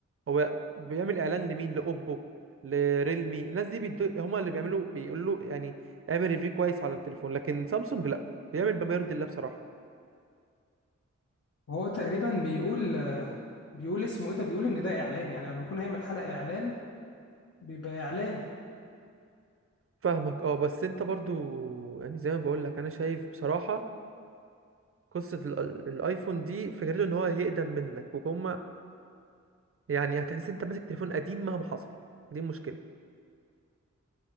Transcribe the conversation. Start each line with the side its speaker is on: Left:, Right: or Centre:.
Right: هو بيعمل اعلان لمين لاوبو لريلمي الناس دي بيدو... هما اللي بيعملوا بيقولوا يعني اعمل ريفيو كويس على التليفون لكن سامسونج لا بيعمل بما يرضي الله بصراحه
Left: وهو تقريبا بيقول بيقول اسمه ايه ده بيقول ان ده اعلان يعني لما يكون هيعمل حلقة اعلان بيبقى اعلان
Right: فاهمك اه بس انت برضو يعني زي ما بقولك انا شايف بصراحة قصة ال- ال- الايفون دي فكرته ان هو يقدم منك وكما يعني هتحس انت ماسك تليفون قديم مهما حصل دي المشكلة